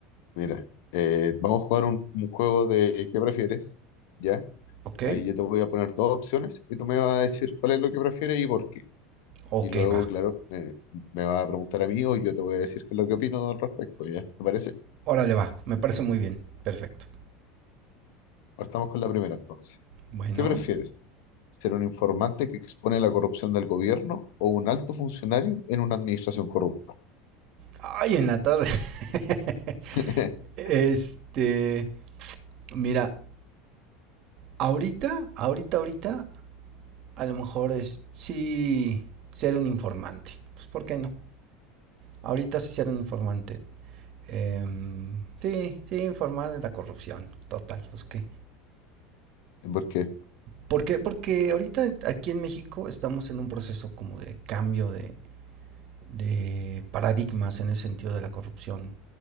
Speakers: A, on the left; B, on the right.
A: mira, eh, vamos a jugar un, un juego de ¿qué prefieres? ¿Ya?
B: Ok,
A: Ahí yo te voy a poner dos opciones y tú me vas a decir cuál es lo que prefieres y por qué.
B: ok,
A: Y luego,
B: va.
A: claro, me, me vas a preguntar a mí o yo te voy a decir qué es lo que opino al respecto, ¿ya? ¿Te parece?
B: Órale, va, me parece muy bien, perfecto.
A: Partamos con la primera entonces.
B: Bueno,
A: ¿Qué prefieres? ¿Ser un informante que expone la corrupción del gobierno o un alto funcionario en una administración corrupta?
B: Ay, en la torre. <laughs>
A: <laughs>
B: Este, mira, ahorita, ahorita, ahorita, a lo mejor es sí ser un informante. Pues, ¿por qué no? Ahorita sí ser un informante. Em, sí, sí, informar de la corrupción. Total, pues qué.
A: ¿Por qué?
B: ¿Por qué? Porque ahorita aquí en México estamos en un proceso como de cambio de, de paradigmas en el sentido de la corrupción.